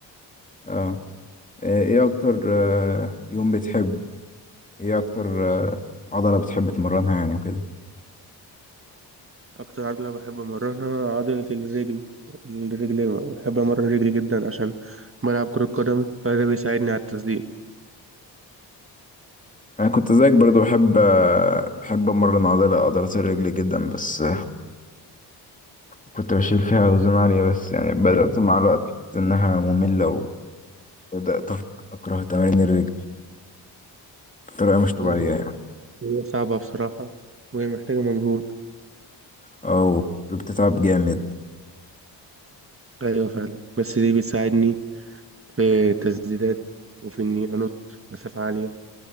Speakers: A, on the left; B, on the right.
A: اه آه، ايه اكتر آه يوم بتحب ايه اكتر آه عضلة بتحب تمرنها يعني وكده
B: أكتر عضلة بحب أمرنها عضلة الرجل الرجل بحب أمرن رجلي جدا عشان بلعب كرة قدم فده بيساعدني على التسديد
A: انا كنت زيك برضو بحب آه، بحب امرن عضلة عضلات الرجل جدا بس كنت بشيل فيها أوزان عالية بس يعني بدأت مع الوقت أحس إنها مملة وبدأت أك- أكره تمارين الرجل بطريقة مش طبيعية
B: مم،
A: يعني
B: هي صعبة بصراحة وهي محتاجة مجهود
A: أو كنت بتتعب جامد
B: أيوة فعلا بس دي بتساعدني في التسديدات وفي إني أنط مسافة عالية